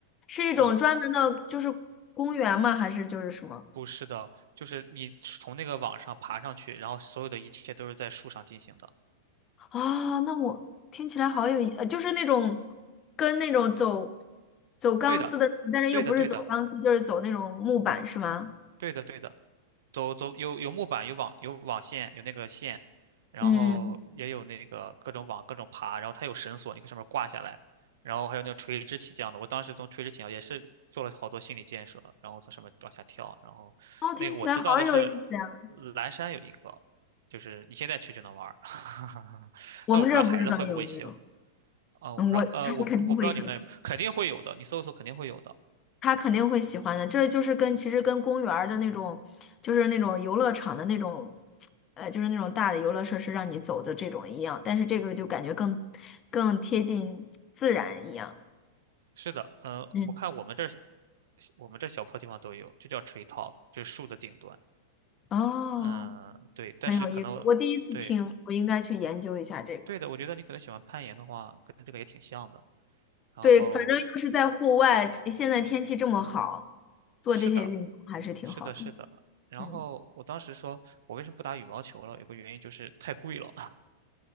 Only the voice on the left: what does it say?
是一种专门的，
就是公园吗？还是就是什么？
啊，那我听起来好有意，呃，就是那种跟那种走走钢丝的，
但是又不是走钢丝，
就是走那种木板，是吗？
嗯，
哦，听起来好有意思呀，
我们这儿不知道有没有，
嗯，我他肯定会很。
他肯定会喜欢的。这就是跟其实跟公园儿的那种，就是那种游乐场的那种，呃，就是那种大的游乐设施让你走的这种一样，但是这个就感觉更更贴近自然一样。
嗯，
哦，
很有意思，我第一次听，我应该去研究一下这个。
对，反正又是在户外，现在天气这么好，做这些运动还是挺好的。
嗯，